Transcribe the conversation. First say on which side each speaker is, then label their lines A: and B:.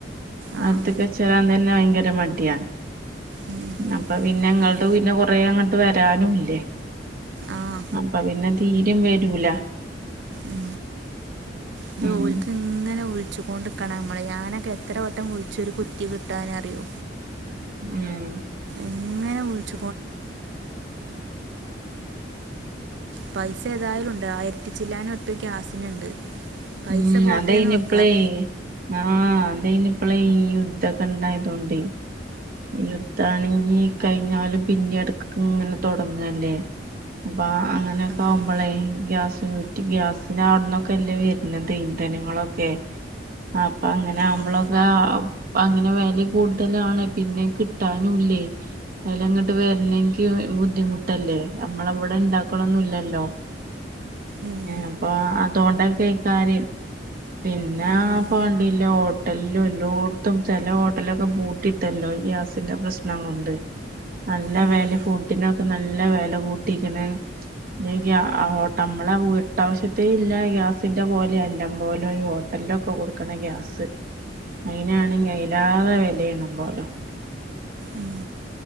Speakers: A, on the right; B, on the right.
A: ആഹ്
B: നത്തക്കെ ചേരാൻ തന്നെ ഭയങ്കര മടിയാണ്
A: ഉം
B: അപ്പ പിന്നെങ്ങുടെ
A: അപ്
B: പിന്നെ കൊറേ അങ്ങോട്ട് വരാനുംല്ലേ
A: ആഹ്
B: അപ്പൊ പിന്നെ തീരും വരൂല
A: ഉ ഇത്
B: ഉം
A: ക്ക് ഇങ്ങനെ ഒിച്ചുകൊണ്ടിിക്കണം നമ്മളെ ഞാനൊക്കെ എത്ര വട്ടം ഒഴിച്ചരു കുറ്റി കിട്ടാനറിയോ
B: ഉം
A: അങ്ങനെ <unintelligible> <unintelligible> <unintelligible> <unintelligible> പപ്പിച്ചില്ലൻൊത്ത് ഗ്യാസിനുണ്ട് പൈസ
B: ഉം
A: പോട്ടേന്ന്
B: അതേനിപ്പള
A: വെക്കാം
B: ആഹ അതേ ഇനി ഇപ്പളെ ഈ യുദ്ധൊക്കെ ഇണ്ടായതോണ്ട് യുദ്ധാണെങ്കി കഴിഞ്ഞാലും പിന്നെ അടുക്ക ഇങ്ങനെ തുടങ്ങല്ലേ അപ്പ അങ്ങനെയൊക്കെ
A: ആഹ്
B: ആകുമ്പോളേ ഗ്യാസ് കൂറ്റി ഗ്യാസിന അവിടുന്നൊക്കെ അല്ലേ വര പിന്നത്തെ ഇന്ധനങ്ങളൊക്കെ അപ്പൊ അങ്ങനെ ആവുമ്പോളൊക്കെ
A: ആഹ്
B: അങ്ങനെ വല്യ കൂടുതലാണ് പിന്നെ കിട്ടാനും <unintelligible> അതിലങ്ങോട്ട് വരണെക്ക് ബുദ്ധിമുട്ടല്ലേ നമ്മള അവിടെ ഉണ്ടാക്കണൊന്നല്ലല്ലോ
A: ഉം
B: അപ്പൊ ആ തൊണ്ടൊക്കെ കാര്യം പിന്നെ
A: ഉം
B: പോണ്ടില്ല ഹോട്ടലും എല്ലോടത്തും ചെില ഹോട്ടലൊക്കെ പൂട്ടിട്ടല്ലോ ഗ്യാസിന്റെ പ്രശ്ന കൊണ്ട് നല്ല
A: ഉം
B: വ ഫുഡിനെ നല്ല വില കൂട്ടിക്കണ് പി്യ നമ്മളെ വീട്ടാവശ്യത്തേ ഇല്ല ഗ്യാസ് ത്തിന്റെ പോലെ എല്ലാം പോലെ ഈ ഹോട്ടലിലൊക്കെ കൊടുക്കണ ഗ്യാസ് അയിനാണെങ്കി അലാറെ വിലയണം പോോലോ
A: ഉം